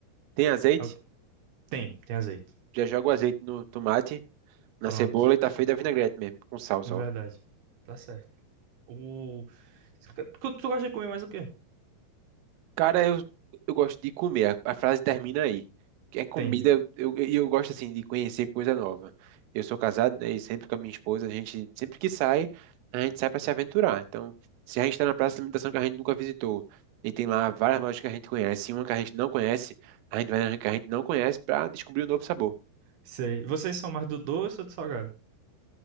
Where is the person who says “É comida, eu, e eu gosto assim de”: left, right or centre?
Right